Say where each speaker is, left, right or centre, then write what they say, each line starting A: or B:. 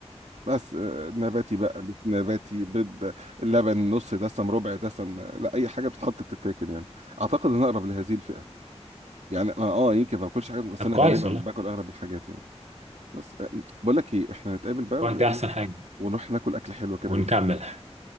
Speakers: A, on the right (about 85°); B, on the right (about 70°).
A: بس آه، نباتي بقى مش نباتي بيض لبن نص دسم ربع دسم آه، لا اي حاجه بتتحط بتتاكل يعني اعتقد ان أنا اقرب لهذه الفئه يعني انا اه يمكن ما باكلش حاجات بس
B: طب
A: انا
B: كويس
A: غالبا
B: والله
A: باكل اغلب الحاجات يعني بس آه، بقول لك ايه احنا نتقابل بقى
B: كويس
A: وايه
B: ده احسن حاجه
A: ونروح ناكل اكل حلو كده
B: ونكمل
A: بالليل